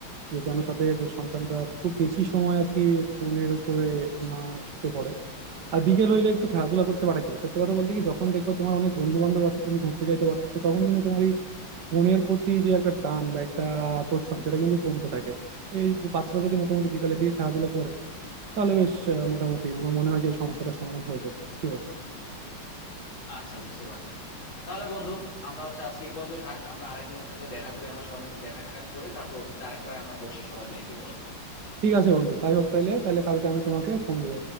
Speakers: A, on the right (about 55°); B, on the left (about 70°).
A: যে যেন তাদের সন্তানরা খুব বেশি সময় আর কি ফোনের উপরে না ঝুঁকে পড়ে আর বিকেল হইলে একটু খেলাধুলা করতে পাঠাতে হবে সত্যি কথা বলতে কি যখন দেখবা তোমার অনেক বন্ধু বান্ধব আছে তুমি ঘুরতে যাইতে পারছো তখন কিন্তু তোমার এই ফোনের প্রতি যে একটা টান বা একটা আকর্ষণ সেটা কিন্তু কমতে থাকে তো এই যে বাচ্চারা যদি মোটামুটি বিকালের দিকে খেলাধুলা করে তাহলে বেশ আহ, মোটামুটি আমার মনে হয় যে এই সমস্যাটার সমাধান হয়ে যাবে কি বলো
B: আচ্ছা বুঝতে পারছি তাহলে বন্ধু আমরা হচ্ছে আজকে এই পর্যন্তই থাক আমরা আরেকদিন ওর সাথে দেখা করি আমরা সবাই মিলে একটু দেখা সাক্ষাৎ করি তারপর ওর সাথে আরেকবার আমরা বসি সবাই মিলে কি বলো
A: ঠিক আছে বন্ধু তাই হোক তাইলে তাহলে কালকে আমি তোমাকে ফোন দিব